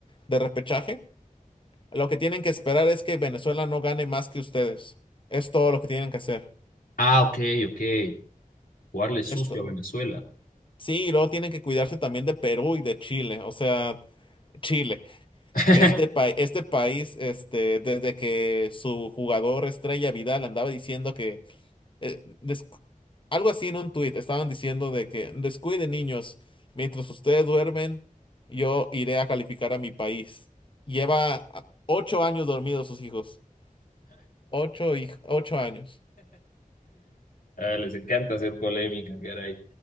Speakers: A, on the left (about 35°); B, on the left (about 80°).
A: de repechaje Lo que tienen que esperar es que Venezuela no gane más que ustedes. Es todo lo que tienen que hacer.
B: Ah, ok, ok. Jugarle sucio
A: Es todo.
B: a Venezuela.
A: Sí, y luego tienen que cuidarse también de Perú y de Chile. O sea, Chile.
B: <laughs>
A: Este país, este país, este, desde que su jugador estrella Vidal andaba diciendo que eh, des- algo así en un tuit, estaban diciendo de que descuiden niños, mientras ustedes duermen, yo iré a calificar a mi país. Lleva ah, ocho años dormidos sus hijos. Ocho, hij- ocho años.
B: Ah, les encanta hacer polémica, caray.